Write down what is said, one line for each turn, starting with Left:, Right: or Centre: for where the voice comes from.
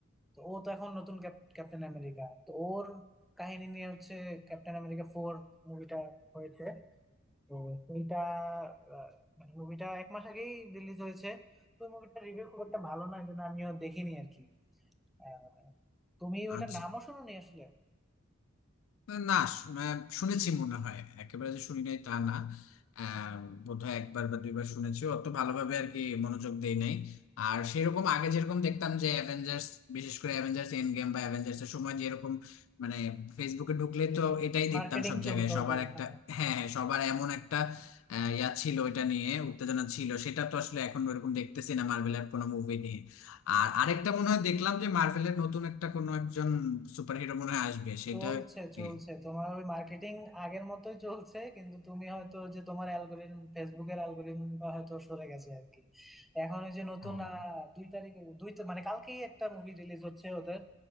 Centre: তো ও তো এখন নতুন ক্যাপ- ক্যাপ্টেন আমেরিকা তো ওর কাহিনী নিয়ে হচ্ছে ক্যাপ্টেন আমেরিকা ফোর মুভিটা হয়েছে তো সেইটা আহ, মানে মুভিটা এক মাস আগেই রিলিজ হয়েছে তো মুভিটা রিভিউ খুব একটা ভালো না কিন্তু আমিও দেখিনি আর কি আহ, তুমি ওইটা
Left: আচ্ছা
Centre: নামও শুনোনি আসলে
Left: না শু- আহ, শুনেছি মনে হয় একেবারে যে শুনি নাই তা না আহ, বোধহয় একবার বা দুইবার শুনেছি অত ভালোভাবে আর কি মনোযোগ দেই নাই আর সেরকম আগে যেরকম দেখতাম যে অ্যাভেঞ্জার্স বিশেষ করে অ্যাভেঞ্জার্স এন্ড গেম বা অ্যাভেঞ্জার্স এর সময় যেরকম মানে ফেসবুকে ঢুকলে তো এটাই
Centre: মার্কেটিং
Left: দেখতাম সব
Centre: চলতো
Left: জায়গায় সবার
Centre: ওদের
Left: একটা
Centre: হ্যাঁ।
Left: হ্যাঁ হ্যাঁ সবার এমন একটা আহ, ইয়া ছিল এটা নিয়ে উত্তেজনা ছিল সেটা তো আসলে এখন ওরকম দেখতেছি না মার্ভেলের কোনো মুভি নিয়ে আর আরেকটা মনে হয় দেখলাম যে মার্ভেলের নতুন একটা কোনো একজন সুপারহিরো মনে হয় আসবে সেটা
Centre: চলছে
Left: কি?
Centre: চলছে তোমার ওই মার্কেটিং আগের মতোই চলছে কিন্তু তুমি হয়তো যে তোমার অ্যালগোরিদম ফেসবুকের অ্যালগোরিদমটা হয়তো সরে গেছে আর কি এখন ওই যে নতুন
Left: ও,
Centre: আহ, দুই তারিখে দুই তা- মানে কালকেই একটা মুভি রিলিজ হচ্ছে ওদের